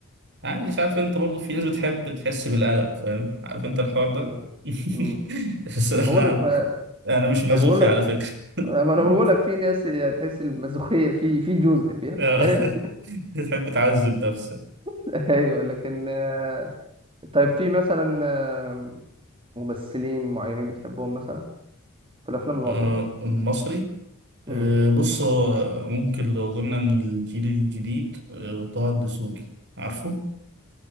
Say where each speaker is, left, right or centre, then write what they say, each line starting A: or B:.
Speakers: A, on the right (about 55°); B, on the right (about 25°).
A: عادي مش عارف أنت برضو في ناس بتحب تحس بالقلق فاهم عارف أنت الحوار ده
B: مم.
A: <laughs>
B: مم.
A: بس
B: بقول
A: لا
B: لك ما
A: أنا مش مازوخي
B: ما بقول لك
A: على فكرة
B: ما انا بقول
A: <laughs>
B: لك في ناس تحس المسوخيه في في جزء فاهم
A: آه.
B: فاهم
A: <laughs> تحب تعذب نفسك
B: <laughs> ايوه لكن آه، طيب في مثلا آه، ممثلين معينين بتحبهم مثلا في الافلام المصري
A: آه،
B: مثلا
A: المصري
B: امم
A: آه، بص هو ممكن لو قلنا ان الجيل الجديد آه، طه الدسوقي عارفه